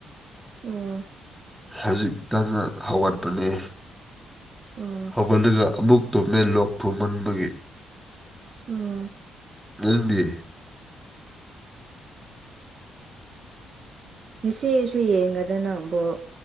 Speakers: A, on the right; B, in the centre.
A: ꯎꯝ
B: ꯍꯧꯖꯤꯛꯇ ꯍꯧꯒꯠꯄꯅꯦ
A: ꯎꯝ
B: ꯍꯧꯒꯠꯂꯒ ꯑꯃꯨꯛ ꯇꯨꯝꯃꯦ ꯂꯣꯛ ꯊꯨꯝꯃꯟꯕꯒꯤ
A: ꯎꯝ
B: ꯅꯪꯗꯤ
A: ꯉꯁꯤꯁꯨ ꯌꯦꯡꯒꯗ ꯅꯪ ꯕꯣꯜ